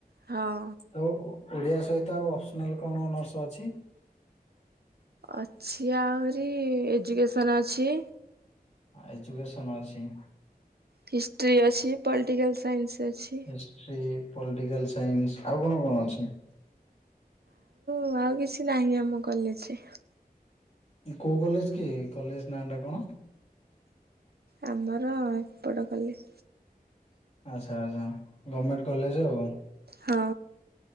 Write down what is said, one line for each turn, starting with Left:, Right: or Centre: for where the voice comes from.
Right: ହଁ।
Left: ତ ଓଡ଼ିଆ ସହିତ ଆଉ ଅପସନାଲ କଣ ଅନର୍ସ ଅଛି?
Right: ଅଛି ଆହୁରି ଏଜୁକେସନ୍ ଅଛି।
Left: ହଁ ଏଜୁକେସନ ଅଛି।
Right: ହିଷ୍ଟ୍ରି ଅଛି ପଲଟିକାଲ୍ ସାଇନ୍ସ ଅଛି।
Left: ହିଷ୍ଟ୍ରି ପଲଟିକାଲ ସାଇନ୍ସ ଆଉ କଣ କଣ ଅଛି?
Right: କୁହ ଆଉ କିଛି ନାହିଁ ଆମ କଲେଜରେ?
Left: ମାନେ କୋଉ କଲେଜ କି? କଲେଜ ନାଁ ଟା କଣ?
Right: ଆମର ଏପଟ କଲେ
Left: ଆଚ୍ଛା ଆଚ୍ଛା ଗମେଣ୍ଟ କଲେଜ ଆଉଁ?
Right: ହଁ।